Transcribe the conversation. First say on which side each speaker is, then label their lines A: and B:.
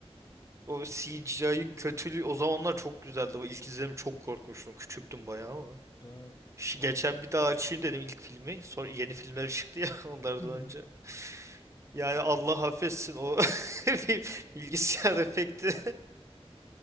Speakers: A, on the right; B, on the left.
A: O CGI'ın kötülüğü o zamanlar çok güzeldi. O ilk izlediğim çok korkmuştum. Küçüktüm bayağı ama.
B: Evet,
A: Şu
B: evet.
A: geçen bir daha açayım dedim ilk filmi. Sonra yeni filmler çıktı ya <laughs> onlardan
B: <laughs>
A: önce. Yani Allah affetsin o <laughs> bir bilgisayar efekti.